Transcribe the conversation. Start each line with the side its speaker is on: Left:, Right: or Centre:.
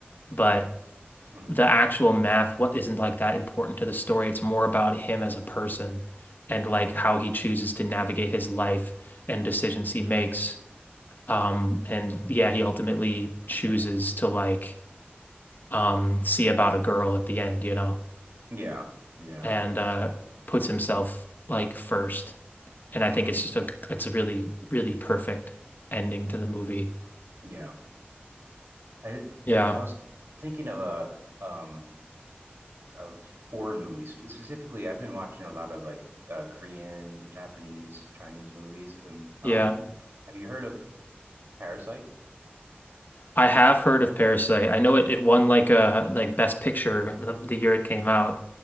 Left: but
Right: hmm
Left: the actual math what isn't like that important to the story it's more about him as a person and like how he chooses to navigate his life and decisions he makes um and yeah he ultimately chooses to like um see about a girl at the end you know
Right: Yeah, yeah,
Left: and uh puts himself like first and I
Right: hmm
Left: think it's just a it's a really really perfect ending to the movie
Right: yeah. I,
Left: yeah
Right: I I was thinking of a um of foreign movies Spe- specifically. I've been watching a lot of like uh, Korean, Japanese, Chinese movies. Um,
Left: yeah
Right: um, have you heard of Parasite?
Left: I have heard of Parasite I know it, it won like a like Best Picture the, the year it came out